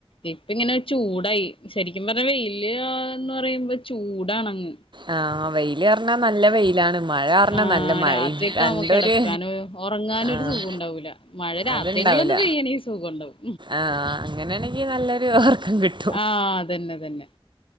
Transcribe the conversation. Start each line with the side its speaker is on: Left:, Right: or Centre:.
Left: ഇപ്പ ഇങ്ങനൊരു ചൂടായി ശെരിക്കുപറഞ്ഞ വെയില് എന്ന് പറയുമ്പോ ചൂടാണങ്ങ്
Right: ആഹ് വെയില് അറ്ഞ്ഞാ നല്ല വെയിലാണ് മഴാറ്ഞ്ഞാ
Left: ആഹ്
Right: നല്ല മഴിം
Left: രാത്രിയൊക്കെ
Right: രണ്ടൊര്
Left: ആവുമ്പോ കിടക്കാന് ഉറങ്ങാനും
Right: ആഹ്
Left: ഒരു സുഖം ഉണ്ടാവൂല മഴ രാത്രിയെങ്കിലും
Right: അത്ണ്ടാവൂല
Left: ഒന്ന് പെയ്യണെ സുഖം ഉണ്ടാവും
Right: ആഹ് അങ്ങനെയാണെങ്കി നല്ലൊരു ഒർക്കം കിട്ടും
Left: ആഹ് അതന്നെ അതന്നെ